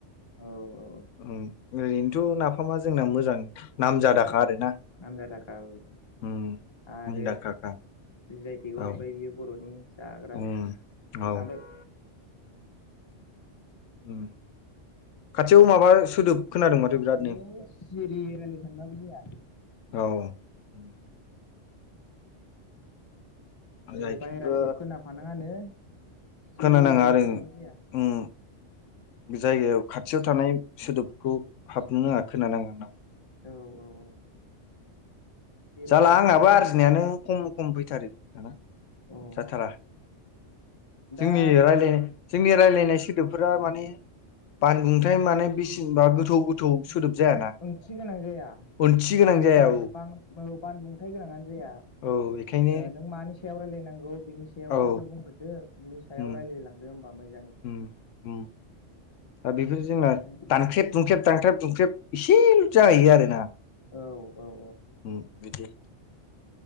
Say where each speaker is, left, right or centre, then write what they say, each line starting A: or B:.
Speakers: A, on the left; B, on the left.
A: औ औ
B: उम ओरैनोथ' नाफामा जोंना मोजां। नामजादाखा
A: औ नाम
B: आरोना
A: जादाखा नाम जादाखा औ
B: उम
A: आरो
B: मुंदांखाखा
A: जि आइ टेगआव
B: औ
A: हाबबाय बियो बर'नि जाग्रा
B: उम औ
A: ओमफाय
B: उम खाथियाव माबास सोदोब खोनादों माथो बिरादनो
A: माने सिरि रायलायनो सानबाबो जाया
B: औ उम जायखिबो
A: ए बाहेरानिखौ खोनाफानाङानो सिरि
B: खोनानाङा
A: रायलायनो
B: आरो
A: सानबाबो जाया
B: उम बे जायगायाव खाथियाव थानाय सोदोबफोरखौ हाबनो नाङा खोनानाङा होन्ना
A: औ औ औ सिरि
B: जाला
A: रायलायनो
B: आंनाबो
A: सानबाबो
B: आरजिनायानो
A: जाया
B: खम खम फैथारो दाना
A: औ
B: जाथारा
A: दा
B: जोंनि रायलायनाय जोंनि रायलायनाय सोदोबफोरा माने बानबुंथाय
A: बांसिनै
B: माने बेसेबा
A: माने
B: गोथौ गोथौ सोदोब जायाना
A: <unintelligible> ओंथि गोनां जाया।
B: ओंथि गोनां
A: बांद्राय
B: जाया औ
A: बां बौ बानबुंथाय गोनाङानो जाया
B: औ बेखायनो
A: ओ नों मानिस सायाव रायलायनांगौ बिनि सायाव
B: औ
A: फार्स्टआव बुंग्रोदो बिनि सायाव
B: उम
A: रायलायलांदो होमबा मोज
B: उम उम दा बेफोर जोंना
A: ओंखायनो
B: दानख्रेब दुंख्रेब दानख्रेब दुंख्रेब एसेल' जाहैयो आरोना
A: औ औ औ
B: उम बिदि